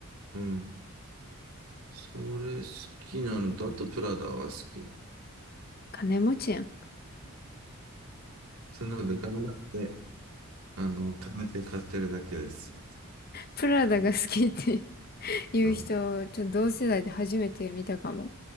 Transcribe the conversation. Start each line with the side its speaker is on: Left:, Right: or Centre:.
Right: う。うん。それ好きなのと、あとプラダは好き。
Left: 金持ちやん。
Right: そんなことで頑張って、あの、貯めて買ってるだけです。
Left: プラダが好きって
Right: う
Left: <laughs> いう人、
Right: ん。
Left: ちょっと同世代で初めて見たかも。